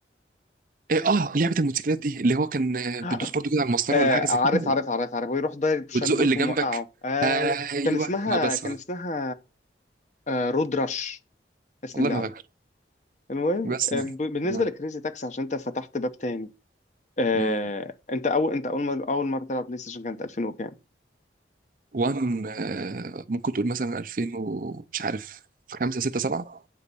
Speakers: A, on the right; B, on the left.
A: إيه، اه لعبه الموتوسيكلات دي اللي هو كان آه،
B: <gasps>
A: بتدوس برضو كده على المسطره
B: آه
A: ولا حاجه زي
B: عارف
A: كده
B: عارف عارف عارف ويروح ضارب شلوت
A: وتزق اللي
B: وموقعه
A: جنبك
B: ايوه
A: ايوه
B: كان اسمها
A: اه بس
B: كان
A: آه.
B: اسمها آه رود رش اسم
A: والله
B: اللعبة
A: ما فاكر
B: المهم
A: بس
B: آه،
A: يعني
B: ب- بالنسبة
A: مم.
B: لكريزي تاكسي عشان انت فتحت باب تاني آه،
A: مم.
B: انت اول انت اول مرة اول مرة تلعب بلاي ستيشن كانت 2000 وكام
A: وان آه، ممكن تقول مثلا 2000 ومش عارف 5 6 7